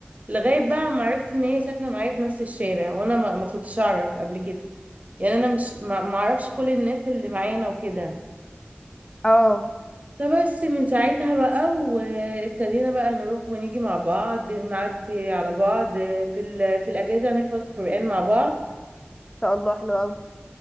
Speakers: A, on the right; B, on the left.
A: لغايه بقى ما عرفت ان هي ساكنه معايا في نفس الشارع وانا ما, ما كنتش اعرف قبل كده يعني انا مش ما ما اعرفش كل الناس اللي معانا وكده
B: اه ان
A: فبس من ساعتها بقى وابتدينا بقى نروح ونيجي مع بعض نعدي على بعض في ال... في الاجازه نحفظ قرآن مع بعض
B: شاء الله حلو قوي